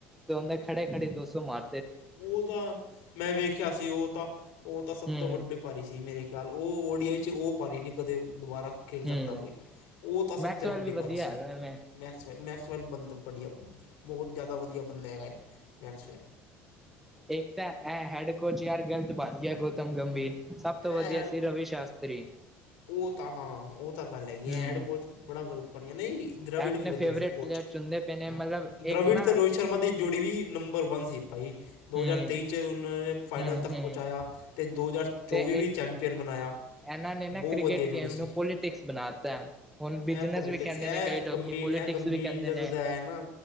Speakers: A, in the centre; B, on the left.
A: ਤੇ ਉਹਦੇ ਖੜੇ ਖੜੀ ਦੋ ਸੋ ਮਾਰ
B: ਉਹ ਤਾਂ ਮੈਂ ਵੇਖਿਆ ਸੀ ਉਹ ਤਾਂ ਉਹ ਤਾਂ ਸਭ
A: ਹਮ
B: ਤੋਂ ਵੱਡੇ ਭਾਰੀ ਸੀ ਮੇਰੇ ਖਿਆਲ ਉਹ ਓ ਡੀਆਈ 'ਚ ਉਹ ਰਾਰੀ ਨਹੀਂ ਕਦੇ ਦੁਬਾਰਾ। ਖੇਲ ਸਕਦਾ
A: ਹਮ
B: ਕੋਈ ਉਹ ਤਾਂ ਸਭ
A: ਮੈਕਸਵੈਲ
B: ਤੇ ਵੱਡੀ
A: ਵੀ ਵਧੀਆ
B: ਭਾਰੀ ਸੀ।
A: ਹੈਗਾ ਮੈਂ
B: ਮੈਕਸਵੈਨ ਮੈਕਸ ਵੈਨ ਬੰਦਾ ਵਧੀਆ ਬਹੁਤ ਜ਼ਿਆਦਾ ਵਧੀਆ ਬੰਦਾ ਹੈਗਾ ਮੈਕਸ ਵੈਨ।
A: ਏ ਤਾਂ ਇਹ ਹੈਡ ਕੋਚ ਯਾਰ ਗਲਤ ਬਣ ਗਿਆ ਗੌਤਮ ਗੰਭੀਰ। ਸਭ
B: ਇਹ
A: ਤੋਂ ਵਧੀਆ
B: ਹੈਡ ਕੋਚ
A: ਸੀ। ਰਵੀ ਸ਼ਾਸਤਰੀ।
B: ਉਹ ਤਾਂ ਹਾਂ, ਉਹ। ਤਕ, ਆਨੇ ਕੀ।
A: ਹੂੰ
B: ਐਡ ਕੋਚ ਬੜਾ ਗ਼ਲਤ ਬਣਿਆ ਨਹੀਂ। ਦ੍ਰਵਿੜ
A: ਇਹ ਆਪਣੇ
B: ਵੀ ਵਧੀਆ
A: ਫੇਵਰੇਟ
B: ਸੀ, ਕੋਚ।
A: ਪਲੇਅਰ ਚੁਣਦੇ ਪਏ ਨੇ
B: ਹਾਂ,
A: ਮਤਲਬ
B: ਦ੍ਰਵਿੜ
A: ਇੱਕ ਨਾ
B: ਤੇ ਰੋਹਿਤ ਸ਼ਰਮਾ ਦੀ ਜੋੜੀ ਵੀ। ਨੰਬਰ ਵਨ ਸੀ, ਭਾਈ। ਦੋ
A: ਹੂੰ
B: ਹਜ਼ਾਰ ਤੇਈ ਚ, ਉਹਨਾਂ ਨੇ ਫਾਈਨਲ
A: ਹੂੰ
B: ਤੱਕ,
A: ਹੂੰ
B: ਪਹੁੰਚਾਇਆ। ਤੇ ਦੋ ਹਜ਼ਾਰ ਚੌਵੀਵ
A: ਤੇ
B: ਵੀ, ਚੈਂਪਅਨ ਬਨਾਇਆ।
A: ਇਹਨਾਂ ਨੇ
B: ਬਹੁਤ
A: ਨਾ ਕ੍ਰਿਕਟ
B: ਵਧੀਆ ਜੋੜੀ
A: ਗੇਮ
B: ਸੀ।
A: ਨੂੰ ਪੋਲੀਟਿਕਸ ਬਣਾਤਾ ਹੁਣ ਬਿਜਨਸ
B: ਇਹ ਪੋਲੀਟਿਕਸ,
A: ਵੀ ਕਹਿੰਦੇ
B: ਇਹ
A: ਨੇ ਕਈ ਲੋਕੀ
B: ਗੰਭੀਰ
A: ਪੋਲੀਟਿਕਸ
B: ਇਹ। ਗੰਭੀਰ
A: ਵੀ ਕਹਿੰਦੇ
B: ਜਦੋ
A: ਨੇ
B: ਦਾ ਆਇਆ ਏ ਨਾ,